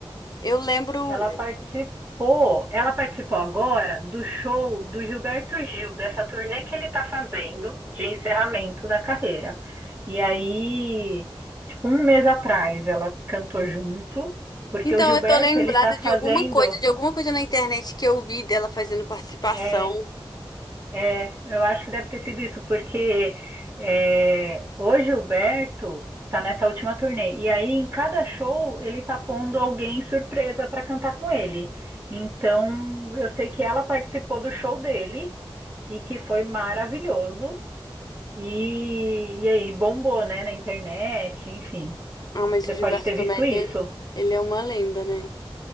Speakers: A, on the left; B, on the right.
A: eu lembro.
B: Ela participou, ela participou agora do show do Gilberto Gil, dessa turnê que ele está fazendo de encerramento da carreira. E aí, tipo, um mês atrás, ela cantou junto, porque
A: Então,
B: o Gilberto,
A: eu tô lembrada
B: ele tá
A: de
B: fazendo.
A: alguma coisa, de alguma coisa na internet que eu vi dela fazendo participação.
B: é, É, eu acho que deve ter sido isso, porque é, o Gilberto tá nessa última turnê. E aí, em cada show, ele tá pondo alguém surpresa para cantar com ele. Então, eu sei que ela participou do show dele e que foi maravilhoso. E, e aí, bombou, né, na internet, enfim.
A: Ah, mas
B: Você
A: o Gilberto
B: pode ter
A: também,
B: visto isso.
A: é- ele é uma lenda, né?